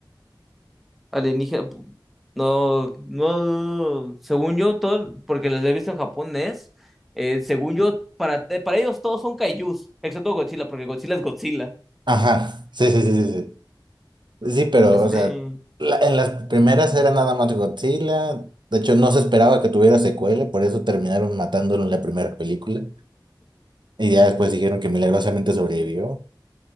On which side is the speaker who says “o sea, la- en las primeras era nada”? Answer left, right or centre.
Right